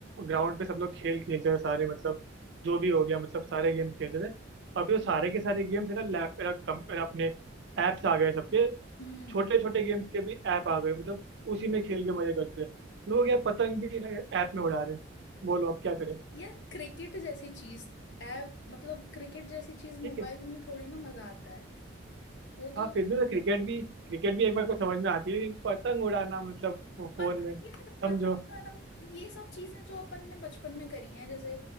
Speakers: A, on the right; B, on the left.
A: ग्राउंड पे सब लोग खेल खेलते थे सारे मतलब जो भी हो गया मतलब सारे गेम खेलते थे अभी तो सारे के सारे गेम्स है ना लैप है ना, कम है ना, अपने ऐप्स आ गए सबके
B: हम्म
A: छोटे छोटे गेम्स के भी ऐप आ गए मतलब उसी में खेल के मजे करते हैं लोग यार पतंग भी ना ऐप में उड़ा रहे हैं। बोलो अब क्या करें
B: यार क्रिकेट जैसी चीज ऐप मतलब क्रिकेट जैसी चीज
A: ठीक
B: मोबाइल
A: है
B: में थोड़ी ना मजा आता है वो तो
A: हाँ फिर भी तो क्रिकेट भी क्रिकेट भी एक बार को समझ में आती है लेकिन पतंग उड़ाना मतलब
B: पत,
A: फोन में समझो
B: यार पता बताना ये सब चीजें जो अपन ने बचपन में करी हैं जैसे